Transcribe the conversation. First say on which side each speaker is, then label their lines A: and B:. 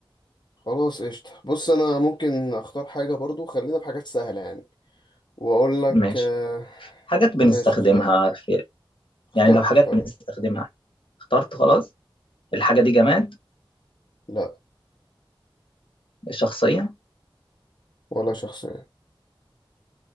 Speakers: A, on the left; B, on the left.
A: خلاص قشطة بص انا ممكن اختار حاجة برضو خلينا بحاجات سهلة يعني واقول لك
B: ماشي
A: آه
B: حاجات بنستخدمها
A: ماشي اخترت
B: في
A: اخترت
B: يعني لو حاجات
A: اخترت
B: بنستخدمها اخترت خلاص الحاجة
A: اخترت
B: دي جماد
A: لا
B: الشخصية
A: ولا شخصية